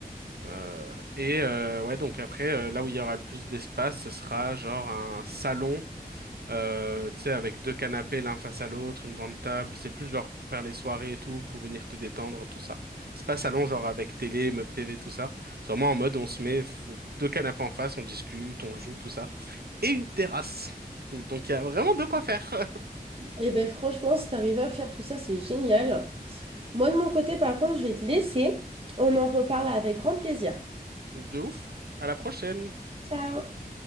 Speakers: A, on the right; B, on the right.
A: Euh, et euh, ouais, donc après, euh, là où il y aura le plus d'espace, ce sera genre un salon euh, tu sais, avec deux canapés l'un face à l'autre, une grande table. C'est plus genre pour faire les soirées et tout, pour venir te détendre, tout ça. C'est pas salon genre avec télé, meuble TV, tout ça. C'est vraiment en mode on se met f- deux canapés en face, on discute, on joue, tout ça. Et une terrasse. Et donc il y a vraiment de quoi faire. <laughs>
B: Eh ben franchement, si t'arrives à faire tout ça, c'est génial. Moi, de mon côté, par contre, je vais te laisser. On en reparle avec grand plaisir.
A: De ouf. À la prochaine.
B: Ciao!